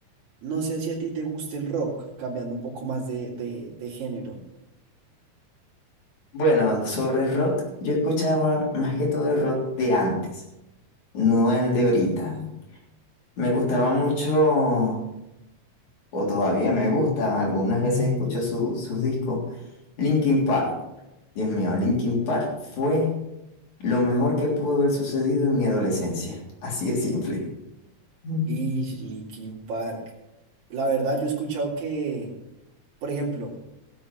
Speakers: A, on the right; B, on the left.
A: no sé si a ti te gusta el rock, cambiando un poco más de, de, de género.
B: Bueno, sobre el rock, yo escuchaba más que todo el rock de antes, no el de ahorita. Me gustaba mucho, o todavía me gusta, algunas veces escucho su- sus discos, Linkin Park. Dios mío, Linkin Park fue lo mejor que pudo haber sucedido en mi adolescencia, <laughs> así de simple. Ujú.
A: Y Linkin Park. La verdad, yo he escuchado que, por ejemplo,